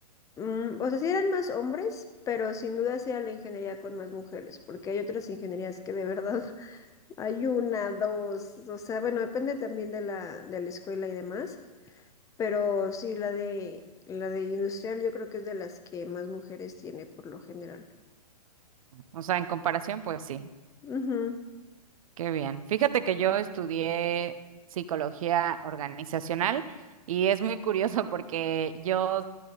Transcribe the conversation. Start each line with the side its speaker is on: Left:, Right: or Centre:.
Left: Mm, o sea, sí eran más hombres, pero sin duda sí era la ingeniería con más mujeres, porque hay otras ingenierías que de verdad <laughs> hay una, dos, o sea, bueno, depende también de la, de la escuela y demás, pero sí, la de, la de industrial yo creo que es de las que más mujeres tiene por lo general.
Right: O sea, en comparación, pues sí,
Left: Ujú,
Right: qué bien. Fíjate que yo estudié psicología organizacional y es muy curioso porque yo